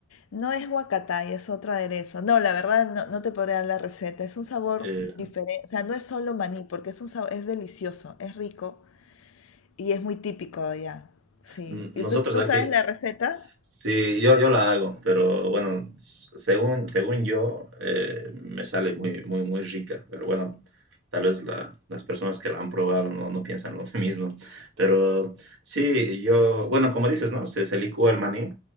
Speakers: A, on the left; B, on the right.
A: No es huacatay, es otra aderezo. No, la verdad no, no te podría dar la receta. Es un sabor
B: Eh,
A: diferente, o sea, no es solo maní, porque es un sabor, es delicioso, es rico y es muy típico de allá. Sí.
B: mm,
A: ¿Y
B: nosotros
A: tú, tú
B: aquí,
A: sabes la receta?
B: Sí, yo, yo la hago, pero bueno, s- según, según yo, eh, me sale muy, muy, muy rica. Pero bueno, tal vez la- las personas que la han probado no, no piensan lo <laughs> mismo. Pero sí, yo, bueno, como dices, ¿no? Se, se licúa el maní,